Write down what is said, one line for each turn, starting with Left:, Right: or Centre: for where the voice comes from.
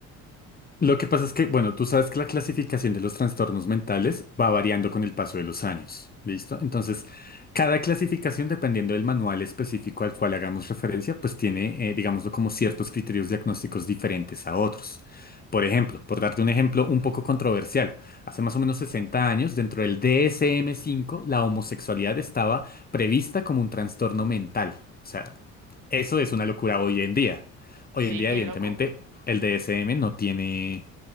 Left: Lo que pasa es que, bueno, tú sabes que la clasificación de los trastornos mentales va variando con el paso de los años, ¿listo? Entonces, cada clasificación, dependiendo del manual específico al cual hagamos referencia, pues tiene, eh, digámoslo, como ciertos criterios diagnósticos diferentes a otros. Por ejemplo, por darte un ejemplo un poco controversial, hace más o menos 60 años, dentro del dsm cinco la homosexualidad estaba prevista como un trastorno mental. O sea, eso es una locura hoy en día.
Right: Sí,
Left: Hoy en día,
Right: qué
Left: evidentemente,
Right: loco.
Left: el DSM no tiene,